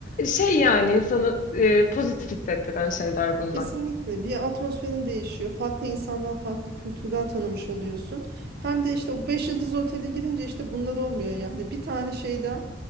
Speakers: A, on the left; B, on the right.
A: Şey yani insanı e, pozitif hissettiren şeyler bunlar.
B: Kesinlikle bir atmosferin değişiyor. Farklı insanlar, farklı kültürler tanımış oluyorsun. Hem de işte o 5 yıldız otele gidince işte bunlar olmuyor yani. Bir tane şeyden